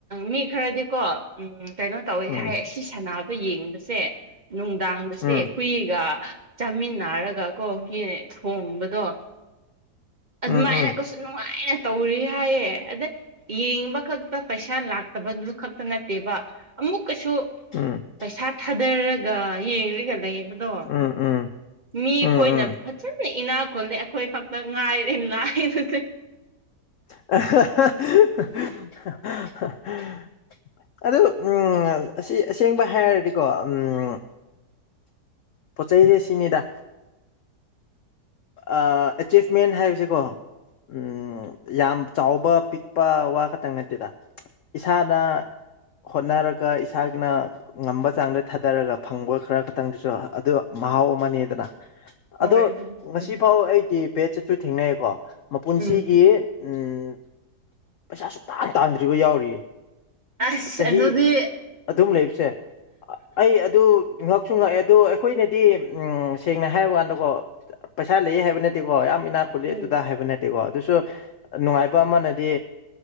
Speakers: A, on the right; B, on the left.
A: ꯃꯤ ꯈꯔꯗꯤꯀꯣ ꯎꯝ ꯀꯩꯅꯣ ꯇꯧꯋꯤ
B: ꯎꯝ
A: ꯍꯥꯏ ꯁꯤ ꯁꯥꯟꯅꯕ ꯌꯦꯡꯕꯁꯦ ꯅꯨꯡꯗꯥꯡꯗꯁ‌ꯦ
B: ꯎꯝ
A: ꯍꯨꯏꯒ ꯆꯥꯃꯤꯟꯅꯔꯒ ꯀꯣ ꯌ‌ꯦꯡ ꯊꯣꯡꯕꯗꫭ ꯑꯗꯨꯃꯥꯏꯅꯒꯁꯨ
B: ꯎꯝ ꯎꯝ
A: ꯅꯨꯡꯉꯥꯏꯅ ꯇꯧꯔꯤ ꯍꯥꯏꯌꯦ ꯑꯗꯩ ꯌꯦꯡꯕ ꯈꯛꯇ ꯄꯩꯁꯥ ꯂꯥꯛꯇꯕꯗꯨꯗꯨ ꯈꯛꯇ ꯅꯠꯇꯦꯕ ꯑꯃꯨꯛꯀꯁꯨ
B: ꯎꯝ
A: ꯄꯩꯁꯥ ꯊꯥꯗꯔꯒ ꯌꯦꯡꯉꯒ ꯂꯩꯕꯗꯣ
B: ꯎꯝ ꯎꯝ
A: ꯃꯤ
B: ꯎꯝ ꯎꯝ
A: ꯈꯣꯏꯅ ꯐꯖꯅ ꯏꯅꯥꯛ ꯈꯨꯜꯂꯦ ꯑꯩꯈꯣꯏ ꯈꯛꯇ ꯉꯥꯏꯔꯦ ꯂꯥꯏꯔ
B: <unintelligible> ꯑꯗꯨ ꯎꯝ ꯑꯁꯤ ꯑꯁꯦꯡꯕ ꯍꯥꯏꯔꯗꯤꯀꯣ ꯎꯝ ꯄ‌ꯣꯠ ꯆꯩꯁꯦ ꯁꯤꯅꯤꯗꯥ ꯑꯥ ꯑꯦꯆꯤꯞꯃꯦꯟ ꯍꯥꯏꯕꯁꯤꯀꯣ ꯎꯝ ꯌꯥꯝ ꯆꯥꯎꯕ ꯄꯤꯛꯄ ꯋꯥ ꯈꯛꯇꯪ ꯅꯠꯇꯦꯗ ꯏꯁꯥꯗ ꯍꯣꯠꯅꯔꯒ ꯏꯁꯥꯅ ꯉꯝꯕ ꯆꯥꯡꯗ ꯊꯥꯗꯔꯒ ꯐꯪꯕ ꯈꯔ ꯈꯛꯇꯪꯗꯨꯁꯨ ꯑꯗꯨ ꯃꯍꯥꯎ ꯑꯃꯅꯦꯗꯅ
A: ꯍꯣꯏ
B: ꯑꯗꯣ
A: ꯑꯗꯨꯅꯤ
B: ꯉꯁꯤꯐꯥꯎ
A: ꯆꯨꯝꯃꯤ
B: ꯑꯩ ꯕꯦꯠ ꯆꯠꯁꯨ <unintelligible> ꯊꯦꯡꯅꯩꯀꯣ ꯃꯄꯨꯟꯁꯤꯒꯤ꯫
A: ꯎꯝ
B: ꯎꯝ ꯄꯩꯁꯥ ꯁꯨꯡ ꯇꯥꯡ ꯇꯥꯡꯗ꯭ꯔꯤꯕ ꯌꯥꯎꯔꯤꯌꯦ
A: ꯑꯁ
B: ꯆꯍꯤ
A: ꯑꯗꯨꯗꯤ
B: ꯑꯗꯨꯝ ꯂꯩꯕꯁꯦ ꯑꯩ ꯑꯗꯨ ꯉꯛ ꯉꯛꯁꯨ ꯉꯛꯑꯦ ꯑꯗꯣ ꯑꯩꯈꯣꯏꯅꯗꯤ ꯁꯦꯡꯅ ꯍꯥꯏꯕ ꯀꯥꯟꯗꯀꯣ ꯄꯩꯁꯥ ꯂꯩ ꯍꯥꯏꯕ ꯅꯠꯇꯦꯀꯣ ꯌꯥꯝ ꯏꯅꯥꯛ ꯈꯨꯠꯜꯂꯤ
A: ꯎꯝ
B: ꯑꯗꯨꯗ ꯍꯥꯏꯕ ꯅꯠꯇꯦꯀꯣ ꯑꯗꯨꯁꯨ ꯅꯨꯡꯉꯥꯏꯕ ꯑꯃꯅꯗꯤ